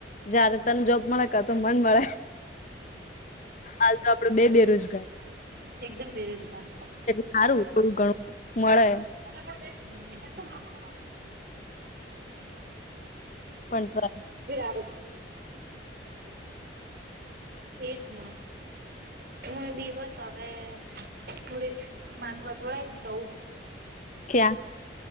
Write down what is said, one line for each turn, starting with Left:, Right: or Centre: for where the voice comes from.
Left: જિઆયરે તને જોબ મળે ક તો મન મળે હાલ તો આપડો બે બેરોજગાર
Right: એકદમ બેરોજગાર.
Left: સારું થોડું ઘણું મળે
Right: <unintelligible>
Left: પણ તો
Right: આ એજ ના હું બી બસ હવે થડી માથવા થોડાય ને જઉું.
Left: ક્યા?